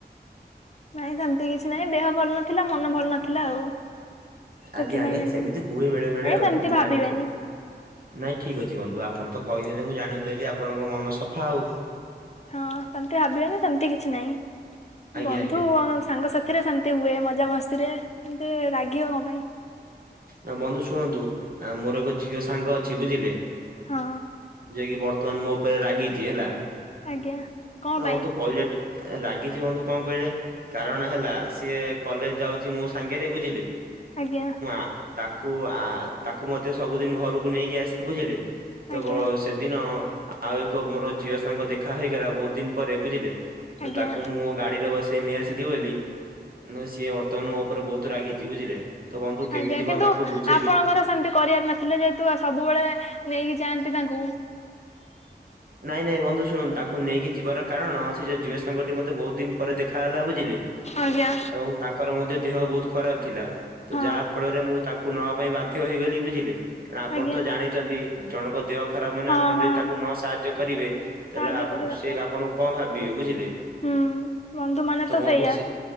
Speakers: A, on the left; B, on the right.
A: ନାଇଁ ସେମିତି କିଛି ନାହିଁ ଦେହ ଭଲ ନଥିଲା ମନ ଭଲ ନଥିଲା ଆଉ। ସେଥିପାଇଁ
B: ଆଜ୍ଞା ଆଜ୍ଞା
A: ନେଲିନି
B: ସେମିତି ହୁଏ ବେଳେ ବେଳେ
A: ନାଇଁ
B: ଆଉ
A: ସେମିତି
B: ମୁଁ
A: ଭାବିବେନି
B: ଜାଣିଛୁ। ନାଇଁ ଠିକ ଅଛି ବନ୍ଧୁ ଆପଣ ତ କହିଦେଲେ ମୁଁ ଜାଣିପାଇଲିି ଆପଣଙ୍କ ମନ ସଫା ଆଉ।
A: ହଁ ସେମିତି ଭାବିବନି ସେମତି କିଛି ନାହିଁ।
B: ଆଜ୍ଞା
A: ବନ୍ଧୁ
B: ଆଜ୍ଞା।
A: ଆଉ ସାଙ୍ଗ ସାାଥିରେ ସେମିତି ହୁଏ ମଜା ମସ୍ତିରେ ସେ ରାଗିବ କଣ ପାଇଁ?
B: ନା ବନ୍ଧୁ ଶୁଣନ୍ତୁ ଆମର ଏକ ଝିଅ ସାଙ୍ଗ ଅଛି ବୁଝିଲେ
A: ହଁ।
B: ସିଏ ବର୍ତ୍ତମାନ ମୋ ଉପରେ ରାଗିଚି ହେଲା।
A: ଆଜ୍ଞା କଣ
B: ନା
A: ପାଇଁ?
B: ବନ୍ଧୁ କହିଲେ ଟି ରାଗିଛି ବନ୍ଧୁ କଣ କହିଲେ କାରଣ ହେଲା ସିଏ କଲେଜ ଯାଉଛି ମୋ ସାଙ୍ଗରେ ବୁ
A: ଆଜ୍ଞା।
B: ଆ ତାକୁ ଆ ତାକୁ ମଧ୍ୟ ସବୁଦିନ ଘରକୁ ନେଇକି ଆସେ ବୁଝିଲେ ତ
A: ଆଜ୍ଞା
B: ବ ସେଦିନ ଆଉ ଏକ ମୋର ଝିଅ ସାଙ୍ଗ ଦେଖା ହେଇଗଲା ବହୁତ ଦିନ ପରେ ବୁଝିଲେ ତ
A: ଆଜ୍ଞା
B: ତାକୁ ମୁଁ ଗାଡିରେ ବସି ସେ ନେଇଆସିଲି ବୋଲି ନ ସିଏ ବର୍ତ୍ତମାନ ମୋ ଉପରେ ବହୁତ ରାଗିଛି ବୁଝିଲେ। ତ ବନ୍ଧୁ କେମିତି
A: ଆଜ୍ଞା
B: କଣ
A: କିନ୍ତୁ
B: ତାଙ୍କୁ ବୁଝେଇବି
A: ଆପଣଙ୍କର ସେମିତି କରିବାର ନଥିଲେ ଯେହେତୁ ସବୁବେଳେ ନେଇକି ଯାଆନ୍ତି ତାଙ୍କ ଙ୍କୁ
B: ନାଇଁ ନାଇଁ ବନ୍ଧୁ ଶୁଣନ୍ତୁ ତାକୁ ନେଇକି ଯିବାର କାରଣ ସେ ଯୋଉ ଝିଅ ସାଙ୍ଗଟି ମତେ ବହୁତ ଦିନ ପରେ ଦେଖ ଲା ବୁଝିଲେ
A: ଆଜ୍ଞା
B: ଏବଂ ତାଙ୍କର ମଧ୍ୟ ଦେହ ବହୁତ ଖରାପ ଥିଲା ତ
A: ହଁ
B: ଯାହା ଫଳରେ ମୁଁ ତାଙ୍କୁ ନବା ପାଇଁ ବାଧ୍ୟ ହେଇଗଲି ବୁଝିଲେ କାହିଁକି ନା ଆପଣ
A: ଆଜ୍ଞା
B: ତ ଜାଣିଛନ୍ତି ଜଣଙ୍କ ଦେହ ଖରାପ ମାନେ
A: ହଁ
B: ଆପଣ ଯଦି
A: ହଁ
B: ତାକୁ ନ ସାହାଯ୍ୟ କରିବେ ତାହେଲେ
A: ସାହାଯ୍ୟ
B: ଆପ
A: କରିବା ଦରକାର
B: ସେ ଆପଣଙ୍କୁ କଣ ଭାବିବେ ବୁଝିଲେ।
A: ହୁଁ ବନ୍ଧୁ ମାନେ
B: ତ ବନ୍ଧୁ
A: ସେଇଆ
B: ସିଏ